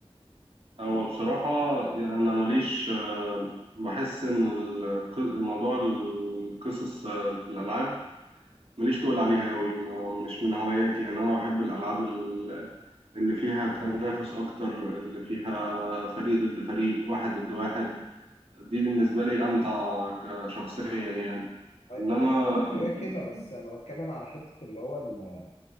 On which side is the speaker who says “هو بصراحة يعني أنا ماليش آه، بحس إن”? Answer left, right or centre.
Right